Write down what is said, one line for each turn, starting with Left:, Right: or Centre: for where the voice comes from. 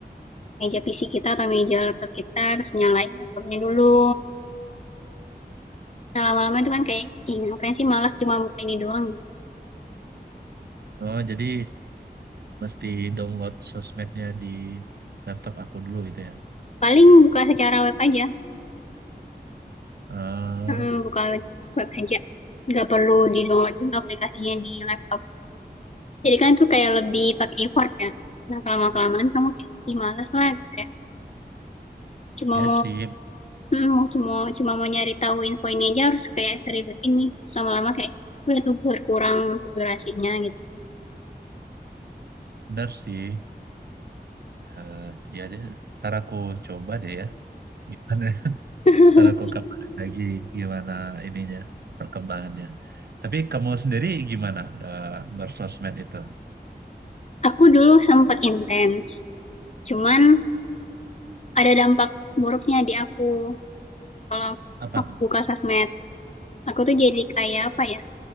Left: meja PC kita atau meja laptop kita, terus nyalain laptopnya dulu. Nah, lama-lama itu kan kayak, ih ngapain sih malas cuma buka ini doang.
Right: oh jadi mesti download sosmednya di laptop aku dulu gitu ya
Left: Paling buka secara web aja,
Right: eh
Left: Heeh, buka web, web aja. Nggak perlu di-download juga aplikasinya di laptop. Jadi kan tuh kayak lebih pakai effort ya. Nah, kelamaan-kelamaan kamu kayak malas lah kayak cuma
Right: ya
Left: mau
Right: sih
Left: hmm, cuma cuma mau nyari tahu info ini aja harus kayak seribet ini. lama lama kayak udah tuh berkurang untuk durasinya gitu kan.
Right: bener sih Eh, ya deh ntar aku coba deh ya gimana
Left: <laughs>
Right: Ntar aku kabarin lagi gimana ininya perkembangannya. Tapi kamu sendiri gimana eh, bersosmed itu?
Left: Aku dulu sempat intens, cuman ada dampak buruknya di aku. Kalau
Right: Apa
Left: aku
Right: tuh?
Left: buka sosmed, aku tuh jadi kayak apa ya,